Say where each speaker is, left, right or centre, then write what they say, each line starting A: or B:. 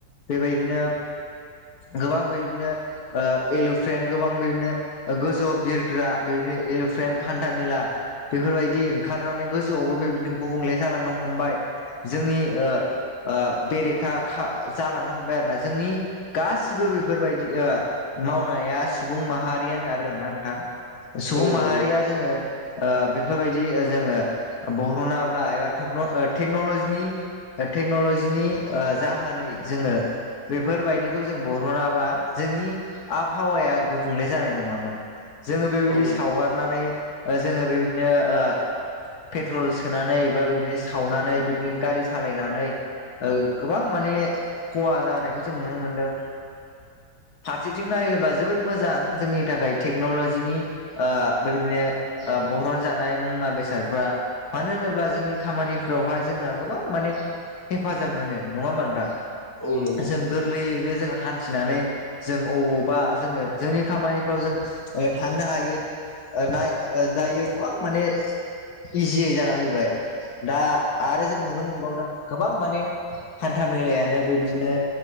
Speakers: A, on the left; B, on the left.
A: बेबायदिनो गोबां बेबायदिनो एल'फेन्ट गोबां बेदिनो गोजौ बिरग्रा बेनो एल'फ्रेन हान्था मेला बेफोरबायदि ओंखारनानै गोजौआवबो बेबायदिनो गुबुंले जालांनो हमबाय जोंनि ओ ओ बेरेखा खा जालांनो हमबाय आरोना जोंनि गासिबो बेफोरबायदि ओ मावनाया सुबुं माहारि होना आरोना आं सुबुं
B: औ
A: माहारिया
B: नंगौ
A: जोङो ओ बेफोरबायदि जोङो बरह'नाब्ला एबा टेक्न'लजिनि टेक्न'लजिनि ओ जाहोनै जोङो बेफोरबायदिखौ जों बरनाबा जोंनि आबहावाया गुबुंले जानाय नङामोन जोङो बेबायदि
B: औ
A: सावगारनानै जोङो बेबायदिनो ओ पेट्रल सोनानै बा बिदि सावनानै बिदिनो गारि सालायनानै ओ गोबां माने खहा जानायखौ जों नुनो मोनदों। फारसेथिं नायोबा जोबोद मोजां जोंनि थाखाय टेक्न'लजि जिनि ओ बेबायदिनो बरन जानाय मुवा बेसादफ्रा मानो होनोब्ला जोंनि खामानिफ्रावहाय जोंना गोबां माने हेफाजाब मोनो नङा होमबा नोंथां।
B: औ नंगौ
A: जों गोरलैयैनो जोंहा हान्थिनानै जों अबावबा जोङो जोंनि खामानिफ्राव जों ओ थांनो हायो ओ नाय ओ दायो गोबां माने इजियै जाना फैबाय। दा आरो जों नुनो मोनबावदों गोबां माने हान्था मेलायानो बेबायदिनो